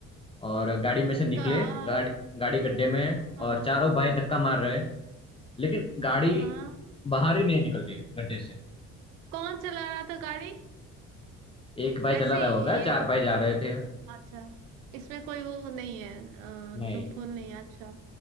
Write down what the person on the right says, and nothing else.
गा
हाँ
हाँ हाँ।
कौन चला रहा था गाड़ी
ऐसे
ही
ये
अच्छा इसमें कोई वो नहीं है
लूपहोल नहीं है अच्छा